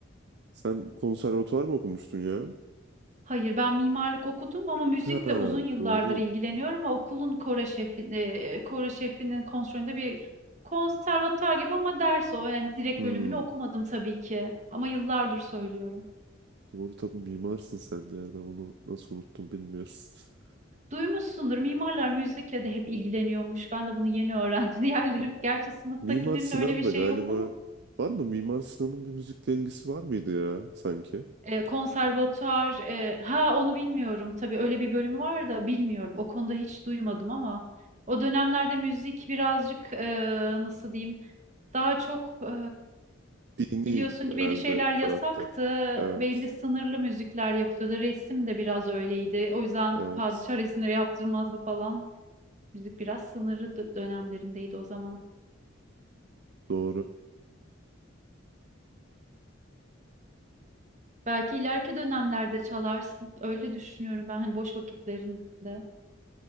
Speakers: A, on the right (about 60°); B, on the right (about 40°).
A: Sen konservatuvar mı okumuştun ya?
B: Hayır, ben mimarlık okudum ama müzikle
A: Ha,
B: uzun yıllardır
A: doğru.
B: ilgileniyorum ve okulun koro şefi, e, koro şefinin kontrolünde bir konservatuar gibi ama ders o. Yani direkt
A: Hmm,
B: bölümünü okumadım tabii ki ama yıllardır söylüyorum.
A: doğru tabii mimarsın sen de yani ben onu nasıl unuttum bilmiyorum. <laughs>
B: Duymuşsundur mimarlar müzikle de hep ilgileniyormuş. Ben de bunu yeni öğrendim. <laughs> Diğerleri, gerçi sınıftakilerin
A: Mimar Sinan
B: öyle bir
A: da
B: şey
A: galiba
B: yoktu ama
A: var mı? Mimar Sinan'ın bir müzikle ilgisi var mıydı ya sanki?
B: e, konservatuar e, ha onu bilmiyorum. Tabii öyle bir bölümü var da bilmiyorum. O konuda hiç duymadım ama o dönemlerde müzik birazcık e, nasıl diyeyim Daha çok eee,
A: Dini
B: biliyorsun ki
A: herhalde
B: belli şeyler yasaktı.
A: tarafta. Evet,
B: Belli sınırlı müzikler yapılıyordu. Resim de biraz öyleydi. O yüzden
A: evet.
B: padişah resimleri yaptırmazdı falan. Müzik biraz sınırlı dö- dönemlerindeydi o zaman.
A: Doğru.
B: Belki ileriki dönemlerde çalarsın. Öyle düşünüyorum ben hani boş vakitlerinde.